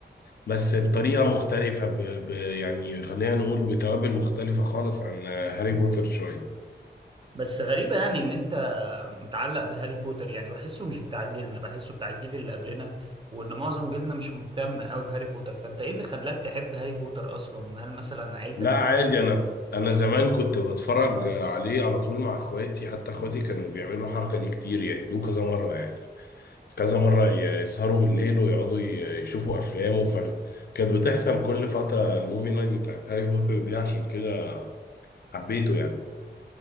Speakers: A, on the left (about 60°); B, on the right (about 25°).
A: بس بطريقة مختلفة ب... ب... يعني خلينا نقول بتوابل مختلفة خالص عن هاري بوتر شوية
B: بس غريبة يعني إن أنت متعلق بهاري بوتر يعني بحسه مش بتاع جيلنا بحسه بتاع الجيل اللي قبلنا وإن معظم جيلنا مش مهتم أوي بهاري بوتر فأنت إيه اللي خلاك تحب هاري بوتر أصلا هل مثلا عيلتك
A: لا عادي أنا أنا زمان كنت بتفرج عليه على طول مع إخواتي حتى إخواتي كانوا بيعملوا الحركة دي كتير يعيدوه كذا مرة يعني كذا مرة ي- يسهروا بالليل ويقعدوا ي- يشوفوا أفلام وفر... كانت بتحصل كل فترة الموفي نايت بتاعت هاري بوتر دي عشان كده حبيته يعني